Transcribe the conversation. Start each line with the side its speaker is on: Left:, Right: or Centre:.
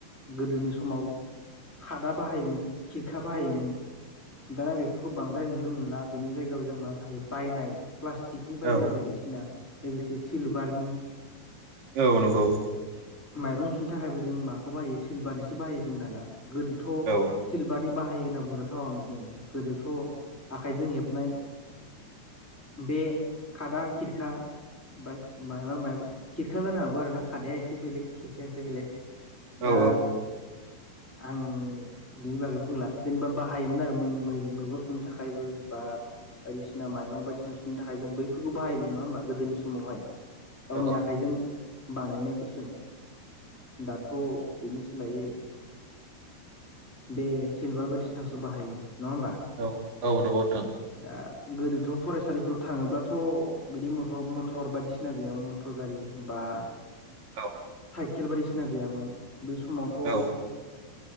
Centre: गोदोनि समाव खादा बाहायोमोन खिरखा बाहायोमोन दाना बेफोरखौ बां द्राय नुनो मोनला बेनि जायगायाव जों मा बाहायो बायनाय प्लास्टिकनि बायनाय
Right: औ
Centre: बायदिसिना लोगोसे सिलभारनि
Right: औ नंगौ
Centre: माइरं मुसुनो थाखायबो जों माखौ बाहायो सिल्भारनिसो बाहायो जों दाना गोदोथ'
Right: औ
Centre: सिलभारनि बाहायो होनना बुंजाथावामोन जोङो गोदोथ' आखाइजों हेबनाय बा बे खादा खिरखा बा मायबा माया खिरखा जानो हागौ आरो ना खादाया एसे बेलेग खिरखाया एसे बेलेग
Right: औ
Centre: दा आं बिनि बागै बुंला जेनेबा बाहायोमोन आरो मो मैगं सुनो थाखायबो बा बायदिसिना माइरं बायदिसिना सुनो थाखाय जों बैफोरखौ बाहायोमोन नङा होमबा गोदोनि समावहाय गावनि
Right: औ
Centre: आख जों बानायनायफोरजों दाथ' बेनि सोलायै बे सिलभार बायदिसिनासो बाहायो नङा होमबा
Right: औ औ नंगौ नोंथां
Centre: दा गोदोथ' फरायसालिफोराव थाङोब्लाथ' बिदिथ मथर मथर बायदिसिना गैयामोन मथर गारि बा
Right: औ
Centre: साइकेल बायदिसिना गैयामोन बै समावथ'
Right: औ